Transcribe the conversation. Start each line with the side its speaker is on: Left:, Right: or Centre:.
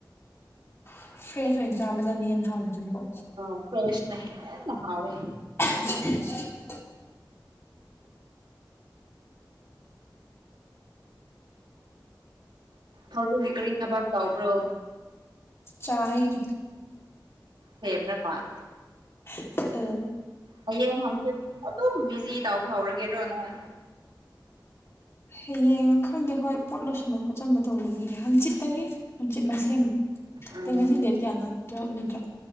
Left: <unintelligible> ꯍꯦꯜ ꯆꯥꯕꯅꯗꯤ ꯌꯥꯝ ꯍꯥꯎꯕꯅꯦꯕ
Right: ꯑ ꯄ꯭ꯔꯦꯁꯅ ꯍꯦꯟꯅ ꯍꯥꯎꯋꯦ
Left: <inaudible>
Right: ꯍꯧꯖꯤꯛꯗꯤ ꯀꯔꯤ ꯊꯕꯥꯛ ꯆꯥꯎꯕ꯭ꯔꯣ
Left: ꯆꯥꯗꯤ
Right: ꯐꯦꯕ꯭ꯔꯀ <inaudible>
Left: ꯑ
Right: ꯍꯌꯦꯡ ꯍꯪꯆꯤꯠ ꯑꯗꯨꯝ ꯕꯤꯖꯤ ꯇꯥꯎꯕ ꯍꯧꯔꯒꯦꯔꯣ ꯅꯍꯪ
Left: ꯍꯌꯦꯡ ꯈꯪꯗꯦ ꯍꯣꯏ ꯄꯣꯠ ꯂꯣꯏꯁꯟꯕ ꯈꯣꯠꯆꯟꯕ ꯇꯧꯕꯒꯤ ꯍꯪꯆꯤꯠꯇꯒꯤ ꯍꯪꯆꯤꯠ ꯃꯁꯦꯝ
Right: ꯎꯝ
Left: ꯑ ꯉꯁꯤ ꯗꯦꯠ ꯀꯌꯥꯅꯣ ꯇꯋ꯭ꯦꯐ ꯅꯠꯇ꯭ꯔꯣ